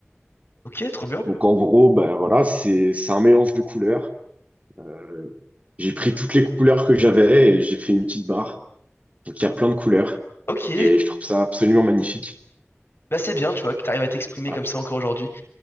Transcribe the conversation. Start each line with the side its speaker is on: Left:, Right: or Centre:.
Left: Ok, trop bien.
Right: Donc en gros, ben voilà, c'est c'est un mélange de couleurs. Euh, j'ai pris toutes les couleurs que j'avais et j'ai fait une petite barre. Donc il y a plein de couleurs
Left: Ok,
Right: et je trouve ça absolument magnifique.
Left: là c'est bien, tu vois, que t'arrives à t'exprimer
Right: Voilà.
Left: comme ça encore aujourd'hui.